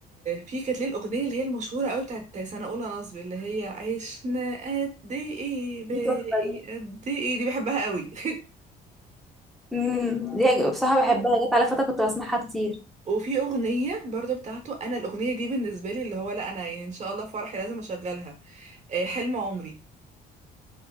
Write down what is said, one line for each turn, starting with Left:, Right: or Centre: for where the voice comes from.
Right: في كانت ليه الأغنية اللي هي المشهورة قوي بتاعت سنة أولى نصب اللي هي عشنا قد إيه باقي
Centre: دي تحفة دي
Right: قد إيه دي بحبها قوي <laughs>
Centre: مم. دي عج- بصراحة بحبها جت على فترة كنت بسمعها كتير
Right: وفي اغنيه برضو بتاعته انا الاغنيه دي بالنسبه لي اللي هو لا انا يعني ان شاء الله في فرحي لازم اشغلها آه، حلم عمري